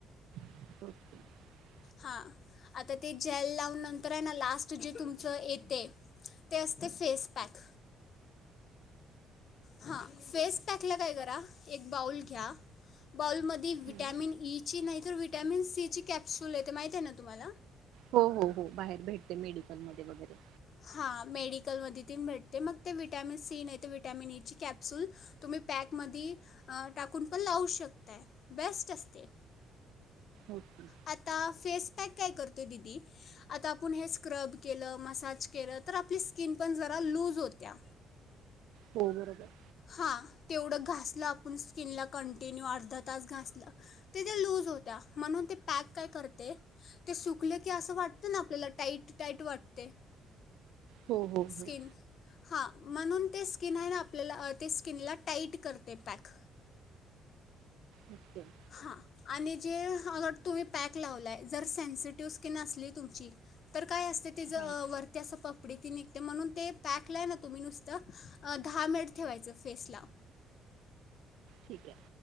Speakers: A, on the right; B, on the left.
A: <inaudible>
B: हां आता ते जेल लावून नंतर आहे ना लास्ट जे तुमचं येते ते असते फेस पॅक हां फेस पॅकला काय करा एक बाऊल घ्या. बाउलमध्ये विटॅमिन
A: हं.
B: ई ची नाही तर विट विटामिन सी ची कॅप्सू ल येते माहितिये ना तुम्हाला?
A: हो हो हो बाहेर भेटते मेडिकलमध्ये वगैरे
B: हां मेडिकलमध्ये तीन भेटते मग ते विटॅमिन सी नाही तर विटॅमिन ईची कॅप्सूल तुम्ही पॅकमध्ये टाकून पण लावू शकताय बेस्ट असते.
A: ओके.
B: आता फेस पॅक काय करतोय दीदी आता आपण हे स्क्रब केलं मसाज केल तर आपली स्किन पण जरा लूज होत्या
A: हो बरोबर.
B: हा तेवढं घास ल आपण स्किनला कंटिन्यू अर्धा तास घासल तर ते लूज होत्या म्हणून ते पॅक काय करते ते सुकले की अस वाटते ना आपल्याला टाईट टाईट वाटते.
A: हो, हो,
B: स्किन
A: हो.
B: हा. म्हणून ते स्किन हाय ना आपल्याला, ते स्किनला टाईट करतय पॅक.
A: ओके.
B: हा आणि जे अ समजा, जर तुम्ही पॅक लावलाय, जर सेन्सिटिव्ह स्किन असली तुमची तर काय असतय तिज
A: हां.
B: वर? पपडी ते निघते म्हणून ते पॅकला हाय ना, तुम्ही नुसतं दहा मिनिट ठेवायचं फेसला
A: ठीक आहे.